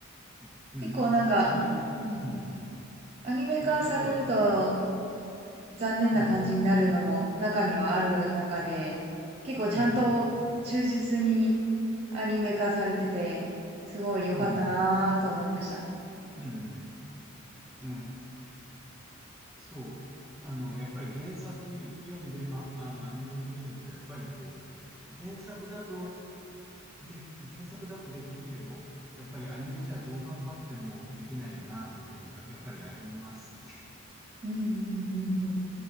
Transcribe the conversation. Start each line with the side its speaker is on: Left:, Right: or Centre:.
Centre: ー、うん、
Right: 結構なんか、
Centre: まあ、そういう点、
Right: うん、
Centre: うん、うん。
Right: アニメ化されると
Centre: そういう点では、うん、
Right: 残念な感じになるのも中にはある中で、
Centre: うん、
Right: 結構ちゃんと忠実に
Centre: うん、
Right: アニメ化されてて、すごい良かったなぁと思いました。
Centre: うん、うん、うん、うん、うん、そう、あの、やっぱり原作読んで、ま、あの、アニメも見ると、やっぱりこう、原作だと、で、原作だとできるけど、やっぱりアニメじゃどう頑張ってもできないよな、という部分が、やっぱりありますね。<laughs>
Right: うんうんうん